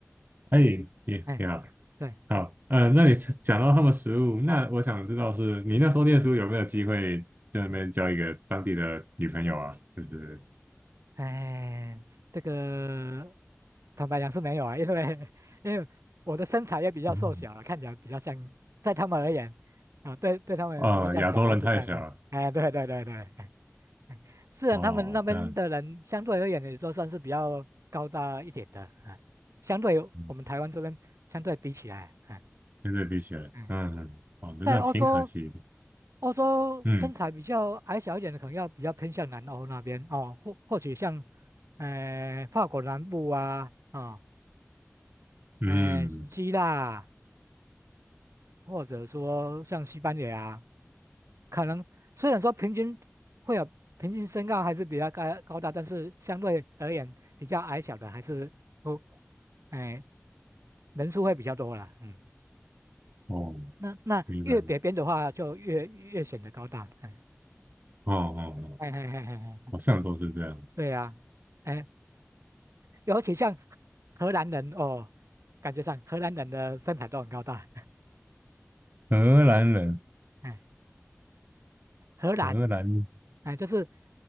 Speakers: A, on the right; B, on the right.
A: 哎，也你好。
B: 哎，对，
A: 好，嗯，那你讲到他们食物，那我想知道是你那时候念书有没有机会在那边交一个当地的女朋友啊？
B: 嗯嗯。
A: 就是，
B: 哎，这个坦白讲是没有啊，因为因为我的身材也比较瘦小了，
A: 嗯
B: 看起来比较像，在他们而言啊，对对他们比较像小孩子这样子。
A: 哦，啊亚洲人太小，了。
B: 哎，对对对对，<laughs> 哎哎虽然他们那边的人相对而言也都算是比较高大一点的，
A: 哦，这样，
B: 啊，相对我们台湾这边相对比起来啊，
A: 嗯，
B: 哎
A: 真的必须嗯，
B: 嗯
A: 哦，那这样挺可惜的。
B: 在欧洲，欧洲身材比较矮小一点的，
A: 嗯
B: 可能要比较偏向南欧那边哦，或或许像，呃，法国南部啊，啊、
A: 嗯，
B: 呃，希腊啊或者说像西班牙啊可能虽然说平均会有平均身高还是比较高高大，但是相对而言比较矮小的还是不，哎、人数会比较多啦，嗯，
A: 哦，
B: 那那越北边的话就越越显得高大，
A: 明白。
B: 哎
A: 哦哦哦，
B: 哎哎哎哎。嘿嘿嘿嘿
A: 好像都是这样子。
B: 对呀、哎，尤其像荷兰人哦，感觉上荷兰人的身材都很高大，<laughs>
A: 荷兰人，
B: 哎，荷兰，
A: 荷兰，
B: 哎，就是，